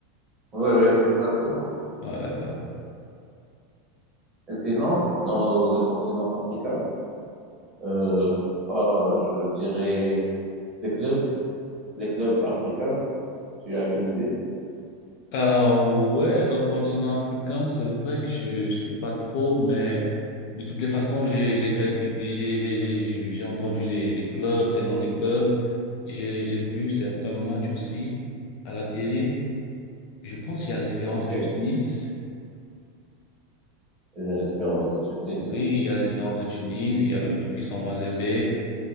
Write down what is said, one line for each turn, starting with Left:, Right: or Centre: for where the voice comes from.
Right: Oui, oui, exactement.
Left: Ah, d'accord.
Right: Et sinon, dans le continent africain, euh, pas, je dirais, des clubs, les clubs africains, tu as une idée?
Left: Ah ouais, dans le continent africain, c'est vrai que je suis pas trop, mais de toutes les façons, j'ai j'ai quelques idées, j'ai j'ai j'ai j'ai entendu des des clubs, des noms des clubs, j'ai j'ai vu certains matchs aussi à la télé. Je pense qu'il y a l'Espérance
Right: Ok.
Left: de
Right: Il
Left: Tunis.
Right: y a l'Espérance de Tunis,
Left: Oui,
Right: oui.
Left: il y a l'Espérance de Tunis, il y a le tout-puissant Mazembe.